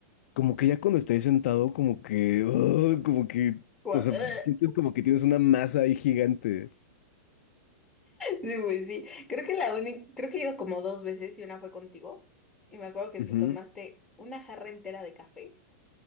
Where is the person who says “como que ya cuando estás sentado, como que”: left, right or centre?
Left